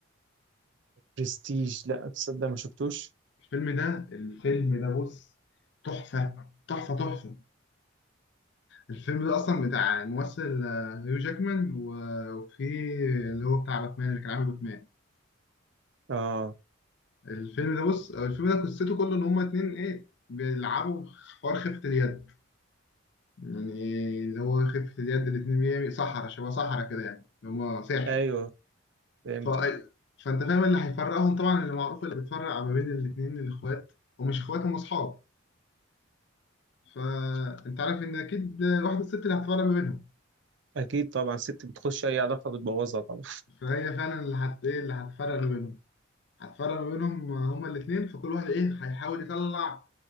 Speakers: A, on the right; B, on the left.
A: برستيج لا تصدق ما شفتوش
B: الفيلم ده الفيلم ده بص تحفة تحفة تحفة الفيلم ده اصلا بتاع الممثل آه، هيو جاكمان و- وفي اللي هو بتاع باتمان اللي كان عامل باتمان
A: اه
B: الفيلم ده بص الفيلم ده قصته كله ان هما اتنين ايه بيلعبوا حوار خفة اليد يعني اللي هو خفة اليد الاتنين بيعمل صحرا شبه صحرا كده يعني اللي هما ساحر
A: ايوه فهمت
B: ف... فانت فاهم اللي هيفرقهم طبعا اللي معروف اللي بيتفرق ما بين الاتنين الاخوات ومش اخوات هم اصحاب فانت عارف ان اكيد واحدة الست اللي هتفرق ما بينهم
A: اكيد طبعا ست بتخش اي علاقه بتبوظها طبعا
B: فهي فعلا اللي هت ايه اللي هتفرق ما بينهم هتفرق ما بينهم هما الاتنين فكل واحد ايه هيحاول يطلع